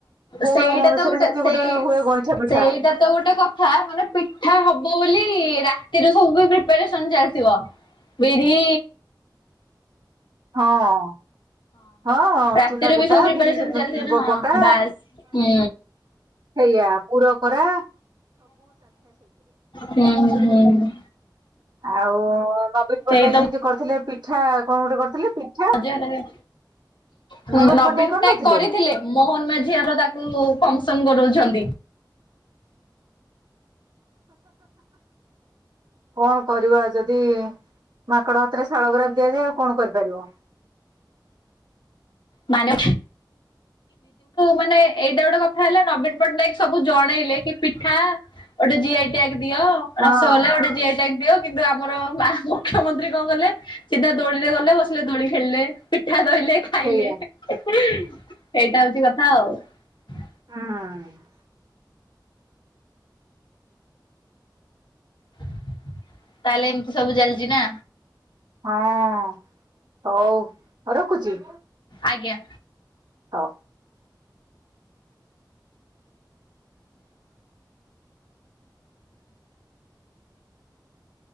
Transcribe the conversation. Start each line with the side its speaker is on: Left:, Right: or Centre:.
Right: ବଉଳ
Left: ସେଇଟା
Right: ଅମାବାସ୍ୟାରେ
Left: ତ ଗୋଟେ
Right: ଯେମିତି
Left: ସେେଇ
Right: ହୁଏ ଗଇଁଠା ପିଠା
Left: ସେଇଟା ତ ଗୋଟେ କଥା ମାନେ ପିଠା ହବ ବୋଲି ରାତିରେ ସବୁ ପ୍ରିପାରେସନ ଚାଲିଥିବ ବିରି
Right: ହଁ। ହଁ
Left: ରାତିରୁ
Right: ଚୁନା କୁଟା
Left: ବି ସବୁ ପ୍ରିପାରେସନ
Right: ବିରିବଟା
Left: ଚାଲିଥିବ ନା ହଁ ବାସ୍। ହୁଁ
Right: ସେଇଆ ପୁର କର।
Left: ହୁଁହୁଁ ହୁଁ।
Right: ଆଉ ନବୀନ ପଟ୍ଟନାୟକ
Left: ସେଇ ତ
Right: ଯେମତି କରିଥିଲେ ପିଠା କଣ ଗୋଟେ କରିଥିଲେ? ପିଠା
Left: ଆଜ ନବୀନ ପଟ୍ଟନାୟକ
Right: ନବୀନ କରିନଥିଲେ
Left: କରିଥିଲେ ମୋହନ ମାଝି ଆମର ତାକୁ ଫଙ୍କସ କରଉଛନ୍ତି।
Right: କଣ କରିବା ଯଦି ମାଙ୍କଡ ହାତରେ ଶାଳଗ୍ରାମ ଦିଆଯାଏ ଆଉ କଣ କରିପାରିବ।
Left: ମାନେ? ମାନେ ଏଇଟା ଗୋଟେ କଥା ହେଲା ନବୀନ ପଟ୍ଟନାୟକ ସବୁ ଜଣେଇଲେ କି ପିଠା ଗୋଟେ ଜିଆଇ ଟାକ ଦିଅ।
Right: ହଁ
Left: ରସଗଲା ଗୋଟେ ଜିଆଇ ଟାକ ଦିଅ କିନ୍ତୁ ଆମର ମୁଖ୍ୟମନ୍ତ୍ରୀ କଣ କଲେ ସିଧା ଦୋଳିରେ ଗଲେ ବସିଲେ ଦୋଳି ଖେଳିଲେ। ପିଠା ରହିଲେ ଖାଇଲେ।
Right: ସେଇଆ
Left: ସେଇଟା ହଉଛି କଥା ଆଉ।
Right: ହୁଁ
Left: ତାହେଲେ ଏମିତି ସବୁ ଚାଲିଛି ନା?
Right: ହଁ ହଉ ରଖୁଛି।
Left: ଆଜ୍ଞା।
Right: ହ